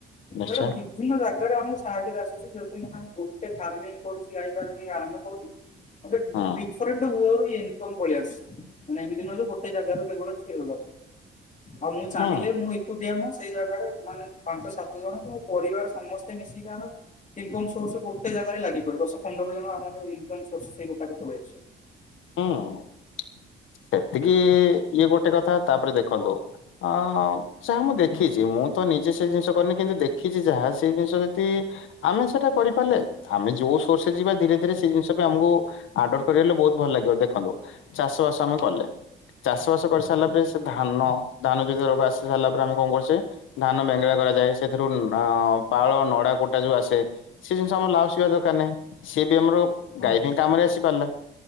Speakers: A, on the left; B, on the left.
A: ନିଶ୍ଚୟ
B: ଏଟ ବିଭିନ୍ନ ଜାଗାରେ ଆମକୁ ସାହାଯ୍ୟରେ ଆ ଯଦି କରେ ଫର୍ମିଂ କରୁଚି ଗାଈ ଫାର୍ମିଂ ଆରାମ ହଉନ ଆ
A: ହୁଁ
B: ଡିଫରେଣ୍ଟ ହୁଅ ଇନକମ୍ ପଳିଆସୁବ ମାନେ ଏମିତିି ନୁହଁ ଗୋଟେ ଜାଗାରୁ କେବେ ଅଛି ଅ ଆଉ ମୁଁ ଚାହିଁିଲେ
A: ହୁଁ
B: ମୁଁ ଏକୁ ଦିଆ ମା ସେଇ ଜାଗାରେ ମାନେ ପାଞ୍ଚ ସାତ ଜଣ ତ ମୋ ପରିବାର ସମସ୍ତେ ମିଶିକି ଆର ଇନକ ସୋର୍ସ ଗୋେ ଜାଗାରେ ଲାଗିପିବ ଦଶ ପନ୍ଦର ଜଣ ଆମର ଇମ୍ ସୋର୍ସ ସେଇ ଗୋଟାକୁ ପଳେଇ ଆସଛି।
A: ହଁ। <unintelligible> ଟିକେ ଇଏ ଗୋଟେ କଥା ତାପରେ ଦେଖନ୍ତୁ ଅ ଯହା ମୁଁ ଦେଖିଛି ମୁଁ ତ ନିଜେ ସେ ଜିନିଷ କରିନି କିନ୍ତୁ ଦେଖିଛି ଯାହା ସେଇ ଜିନିଷ ଯଦି। ଆମେ ସେଟା କରିପାରିଲେ ଆମେ ଯୋଉ ସୋର୍ସରେ ଯିବା ଧୀରେ ଧୀରେ। ଏହି ଜିନିଷ ପାଇଁ ଆମକୁ ଆଡପ୍ଟ କରିଗଲେ ବହୁତ୍ ଭଲ ଲାଗିବ ଦେଖନ୍ତୁ ଚାଷ ବାସ। ଆମେ କଲେ ଚାଷ ବାସ କରି ସାରିଲା ପରେ ସେ ଧାନ ଧାନ ଆସିସାରିଲା ପରେ ଆମେ କଣ କରୁଛେ। ଧାନ ବେଙ୍ଗେଳା କରାଯାଏ ସେଥିରୁ। ଅ ପାଳ ନଡା କୁଟା ଯୋଉ ଆସେ ସେ ଜିନିଷ ଆମର ଲାଉସଇବା ଦରକାର ନାହିଁ ସେ। ସେ ଭି ଆମର
B: ହଁ
A: ଗାଈ
B: ହଁ
A: ପାଇଁ କାମ ରେ ଆସି ପାରିଲା।